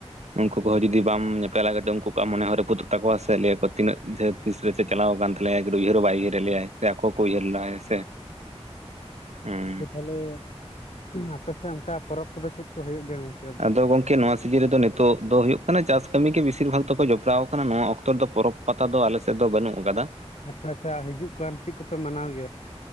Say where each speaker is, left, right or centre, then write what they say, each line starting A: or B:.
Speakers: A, on the right; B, on the left.
A: ᱩᱱᱠᱩ ᱠᱚᱦ ᱡᱩᱫᱤ ᱵᱟᱢ ᱧᱮᱯᱮᱞᱟ ᱜᱰᱤ ᱩᱱᱠᱩ ᱠᱚᱣᱟᱜ ᱢᱚᱱᱮ ᱦᱚᱸᱨᱟᱯᱩᱫᱚᱜ ᱛᱟᱠᱚ ᱥᱮ ᱞᱟᱹᱭᱟᱠᱚ ᱛᱤᱱᱟᱹᱜ ᱡᱷᱟᱹᱛ ᱛᱤᱥ ᱨᱮ ᱪᱮ ᱪᱟᱞᱟᱣ ᱟᱠᱟᱱ ᱛᱟᱞᱮᱭᱟᱭ ᱩᱭᱦᱟᱹᱨ ᱦᱚᱸ ᱵᱟᱭ ᱩᱭᱦᱟᱹᱨ ᱞᱮᱭᱟᱭ ᱥᱮ ᱟᱠᱚ ᱠᱚ ᱩᱭᱦᱟᱹᱨ ᱞᱟᱦᱟᱭ ᱥᱮ ᱦᱩᱸ
B: ᱜᱚᱝᱠᱮ ᱛᱟᱦᱚᱞᱮ ᱟᱯᱮᱥᱮᱫ ᱚᱱᱠᱟ ᱯᱚᱨᱚᱵᱽ ᱠᱚᱫᱚ ᱪᱮᱫ ᱠᱚ ᱦᱩᱭᱩᱜ ᱜᱮᱭᱟ ᱾
A: ᱟᱫᱚ ᱜᱚᱝᱠᱮ ᱱᱚᱣᱟ ᱥᱤᱡᱤᱱ ᱨᱮᱫᱚ ᱛᱚᱜ ᱫᱚ ᱦᱳᱭᱳᱜ ᱠᱟᱱᱟ ᱪᱟᱥ ᱠᱟᱹᱢᱤ ᱜᱮ ᱵᱤᱥᱤᱨ ᱵᱷᱟᱜᱽ ᱛᱮᱠᱚ ᱡᱚᱯᱲᱟᱣ ᱟᱠᱟᱱᱟ ᱱᱚᱣᱟ ᱚᱠᱛᱚ ᱨᱮᱫᱚ ᱯᱚᱨᱚᱵ ᱯᱟᱛᱟ ᱫᱚ ᱟᱞᱮᱥᱮᱫ ᱫᱚ ᱵᱟᱹᱱᱩᱜ ᱟᱠᱟᱫᱟ ᱾
B: ᱦᱟᱯᱨᱟ ᱪᱟ ᱦᱤᱡᱩᱜ ᱠᱟᱱ ᱪᱮᱫ ᱠᱚᱯᱮ ᱢᱟᱱᱟᱣ ᱜᱮᱭᱟ ᱾